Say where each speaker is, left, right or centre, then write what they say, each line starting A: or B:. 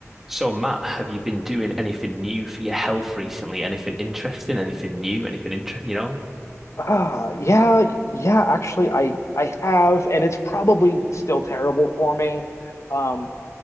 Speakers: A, in the centre; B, on the left.
A: So, Matt, have you been doing anything new for your health recently? Anything interesting? Anything new? Anything interesting? You know?
B: Uh, yeah, yeah, actually I I have and it's probably still terrible for me. Um,